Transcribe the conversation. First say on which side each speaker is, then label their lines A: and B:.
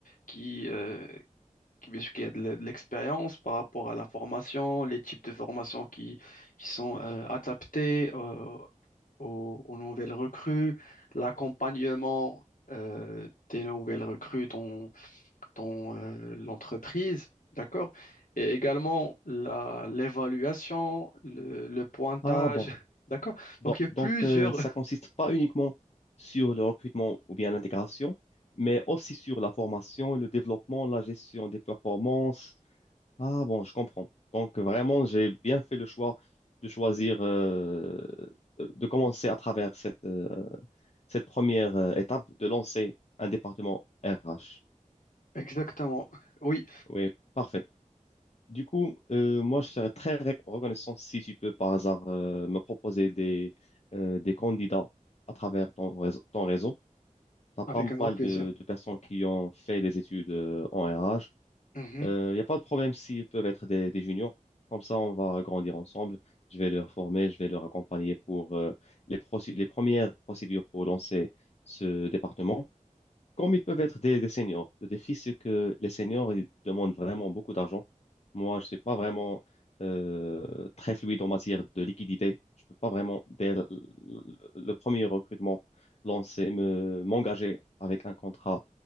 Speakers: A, on the left; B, on the left.
A: qui, euh, qui- bien sûr qu'il y a de la- de l'expérience par rapport à la formation, les types de formations qui, qui sont euh, adaptés euh, aux, aux nouvelles recrues, l'accompagnement euh, des nouvelles recrues dans, dans euh, l'entreprise, d'accord? Et également la, l'évaluation, le, le pointage,
B: Ah bon.
A: <laughs> d'accord?
B: Donc,
A: Donc il y a plusieurs...
B: donc euh, ça
A: <laughs>
B: consiste pas uniquement sur le recrutement ou bien l'intégration, mais aussi sur la formation, le développement, la gestion des performances Ah bon, je comprends. Donc vraiment, j'ai bien fait le choix de choisir, euh, euh, de commencer à travers cette, euh, cette première euh, étape, de lancer un département RH.
A: Exactement, oui,
B: Oui, parfait. Du coup, euh, moi, je serais très re- reconnaissant si tu peux par hasard euh, me proposer des, euh, des candidats à travers ton réseau. Ton réseau. Tu as pas
A: avec
B: mal
A: un grand plaisir.
B: de, de personnes qui ont fait des études euh, en RH
A: Mhm,
B: Il n'y a pas de problème s'ils peuvent être des, des juniors. Comme ça, on va grandir ensemble. Je vais leur former, je vais leur accompagner pour euh, les, procé- les premières procédures pour lancer ce département. Comme ils peuvent être des, des seniors. Le défi, c'est que les seniors, ils demandent vraiment beaucoup d'argent. Moi, je ne suis pas vraiment euh, très fluide en matière de liquidité. Je ne peux pas vraiment, dès le, le- premier recrutement, lancer, me, m'engager avec un contrat